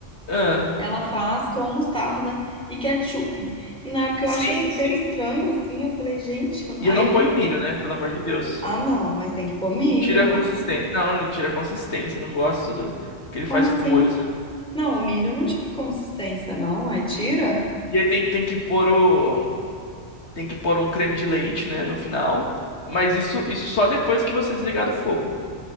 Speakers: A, on the left (about 70°); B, in the centre.
A: Ah,
B: ela faz com mostarda e ketchup. E na época
A: sim,
B: eu achei super
A: sim.
B: estranho, assim, eu falei, gente,
A: E
B: aí
A: eu não
B: eu
A: ponho
B: não
A: milho, né? Pelo amor de Deus.
B: Ah, não, mas tem que pôr milho.
A: Tira a consistência. Não, tira a consistência, não gosto do, do que ele
B: Como
A: faz
B: assim?
A: com o molho, sabe?
B: Não, o milho não tira consistência, não. Aí tira?
A: E aí tem, tem que pôr o, Tem que pôr um creme de leite, né, no final. Mas isso, isso só depois que você desligar do fogo.